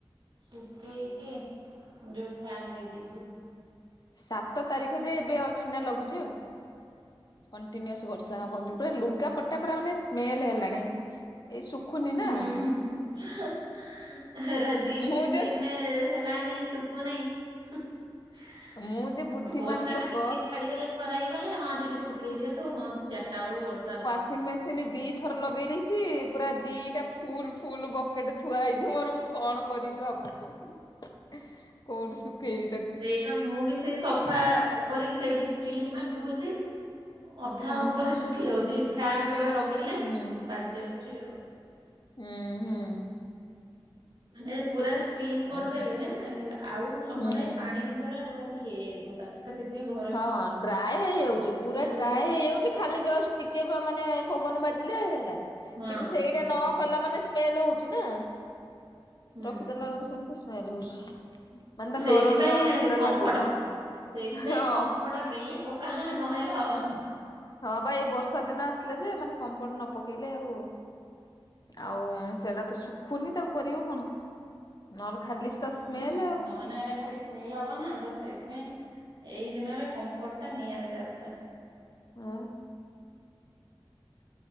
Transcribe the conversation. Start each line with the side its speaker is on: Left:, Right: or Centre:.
Right: ସୁଖେଇ କି ଯୋଉ ଫିଆନ ଦେଇ ଦେଇେଇଛି
Left: ସାତ ତାରିଖ ଯେ ଏବେ ଅଛି ନା ଲଘୁଚାପ ଆଉ କଣ୍ଟିନ୍ୟୁଅସ ବର୍ଷା
Right: ହୁଁ।
Left: ହବ ପୁରା ଲୁଗା ପଟା ପୁରା ମାନେ ସ୍ମେଲ ହେଲାଣି ଏଇ ଶୁଖୁନି ନା
Right: ହଁ ରାଧି
Left: ମୁଁ
Right: <inaudible> ଦିି
Left: ଯେ
Right: ଏ ଲା ଶୁଖୁହି ବର୍ଷା
Left: ମୁଁ ଯେ ବୁଦ୍ଧିମାନ ଲୋକ
Right: ଟା ଟିକେ ଛାଡିଗଲେ ଖରା ହେଇଗଲେ ହଁ ଟିକେ ଶୁଖେଇ ଦିଅନ୍ତୁ ହଁନ୍ତୁ ଚାରିଟା ବେଳକୁ ବର୍ଷା ହଉ
Left: ସେ ମେସିନ୍ ଦି ଥର ଲଗେଇ ଦେଇଛି ପୁରା ଦିଟା ଫୁଲ ଫୁଲ ବକେଟ ଥୁଆ ହେଇଛି ମୋର କଣ କରିବି ଭାବୁଛି ବସିକି କୋଉଠି ଶୁଖେଇବି ତାକୁ
Right: ହଁ ମୁଁ ବି ସେଇ ସଫା କରିକି ସେଇ ସ୍ପିନ୍ ମାରି ଦଉଛି ଅଧା
Left: ହୁଁ
Right: ଉପରେ ଶୁଖି ଯାଉଛି ଫ୍ୟାନ ତଳେ ରଖିଲେ
Left: ହୁଁ
Right: ବାଜି ଯାଉଛି ଆଉ
Left: ହୁଁ ହୁଁ
Right: ମାନେ ପୁରା ସ୍ପିିନ
Left: ହୁଁ
Right: କରିଦେଲେ ଆଉ ସମାନେ
Left: ହୁଁ।
Right: ପାଣି ଟା ଟୋଟଲି ହେଇଇ <inaudible>
Left: ହଁ ଡ୍ରାଏ ହେଇଯାଉଛି ପୁରା ଡ୍ରାଏ
Right: ଦେଇକି
Left: ହେଇଯାଉଛି ଖାଲି ଜଷ୍ଟ ଟିକେ ମାନେ ପବନ ବାଜିଲେ ହେଲା କିନ୍ତୁ
Right: ହଁ
Left: ସେଇଟା
Right: ହୁଁ।
Left: ନ କଲା ମାନେ ସ୍ମେଲ ହଉଛି ନା
Right: ହୁଁ
Left: ରଖିଦେଲା ବେଳକୁ ସେମିତି ଉଛି ମାନେ ତା
Right: ସେଇଥିପାଇଁ
Left: ନରମ ନରମ ପା
Right: କମ୍ଫଟ।
Left: ଲାଗୁଛି
Right: ସେଇଥିପାଇଁ
Left: ହଁ।
Right: କମ୍ଫର୍ଟ ଡେଲି ପକା ନହେଲା ହବନି
Left: ହଁ ବା ଏଇ ବର୍ଷା ଦିନ ଆସିଲେ ଯେ ମାନେ କମ୍ଫର୍ଟ ନ ପକେଇଲେ ଆଉ ଆଉ ସେଇଟା ତ ଶୁଖୁନି ତାକୁ କରିବ କଣ ନହଲେ ଖାଲି ତ ସ୍ମେଲ
Right: ଉୁଁ
Left: ଆଉ
Right: ନ ଏରା ଖାଲି ସ୍ମେଲ ହବ ନା ତ ସେଇଥିପାଇଁ ଏଇ ଦିନରେ କମ୍ଫର୍ଟ ଟା ନିହାତି ଦରକାର
Left: ହଁ